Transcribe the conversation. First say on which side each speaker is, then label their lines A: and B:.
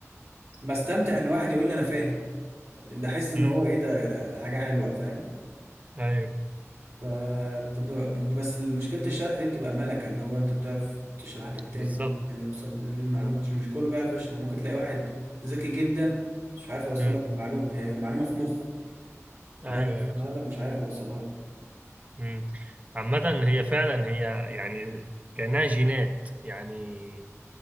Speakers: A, on the right; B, on the right.
A: بستمتع ان واحد يقول لي انا فاهم بحس ان
B: مم.
A: هو ايه ده, ده حاجه حلوه فاهم
B: أيوه
A: ف بتبقى- بس مشكله الشرح دي بتبقى ملكه اللي هو انت بتعرف تشرح للتاني
B: بالظبط
A: او التاني يوصل للمعلومه
B: أه.
A: عشان مش كله بيعرف يشرح ممكن تلاقي واحد ذكي جدا مش عارف يوصل
B: مم.
A: لك المعلومه هي معلومه في مخ
B: أيوه
A: انا يوصلها
B: أيوه صح
A: لك مش عارف يوصلها لك
B: مم. عامة هي فعلا هي يعني كأنها جينات يعني